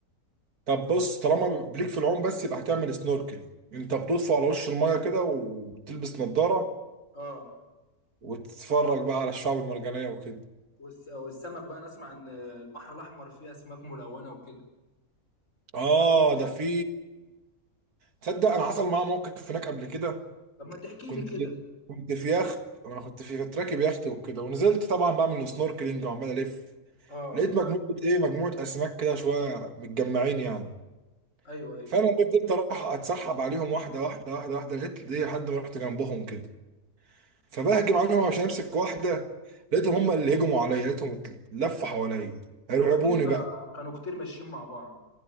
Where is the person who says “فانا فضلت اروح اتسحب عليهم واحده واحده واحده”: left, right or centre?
Right